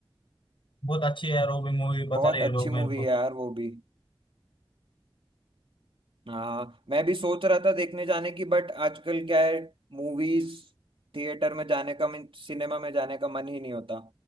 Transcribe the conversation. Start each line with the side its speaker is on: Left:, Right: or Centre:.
Left: बहुत अच्छी है यार वो भी मूवी बता
Right: बहुत
Left: रहे हैं लोग
Right: अच्छी मूवी
Left: मेरे को
Right: है यार वो भी हाँ मैं भी सोच रहा था देखने जाने की बट आजकल क्या है मूवीज थिएटर में जाने का मन सिनेमा में जाने का मन ही नहीं होता